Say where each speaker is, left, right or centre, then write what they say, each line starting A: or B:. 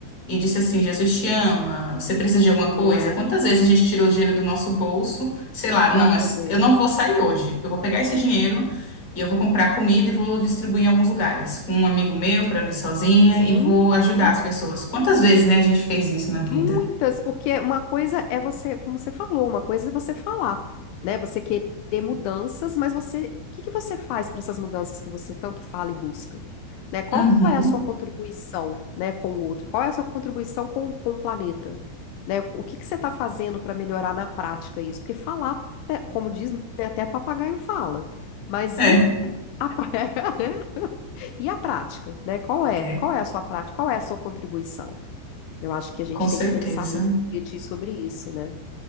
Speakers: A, on the left; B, on the left.
A: e disse assim: Jesus te ama, você precisa de alguma coisa?
B: não é?
A: Quantas vezes a gente tirou dinheiro do nosso bolso? Sei lá,
B: para
A: não,
B: poder.
A: as- eu não vou sair hoje. Eu vou pegar esse dinheiro e eu vou comprar comida e vou distribuir em alguns lugares, com um amigo meu, para não ir sozinha,
B: Sim,
A: e vou ajudar
B: sim,
A: as pessoas. Quantas vezes, né, a gente fez isso na vida?
B: muitas, porque uma coisa é você, como você falou, uma coisa é você falar, né? Você querer mudanças, mas você, o que que você faz para essas mudanças que você tanto fala e busca? Né? Qual
A: Uhum.
B: é a sua contribuição, né, com o outro? Qual é a sua contribuição com, com o planeta? Né? O que que você está fazendo para melhorar na prática isso? Porque falar, né, como diz, né, até papagaio fala, mas
A: É,
B: e a, <laughs> né? E a prática, né? Qual é?
A: é,
B: Qual é a sua prática? Qual é a sua contribuição? Eu acho que a gente
A: com certeza.
B: tem que pensar muito, refletir sobre isso, né?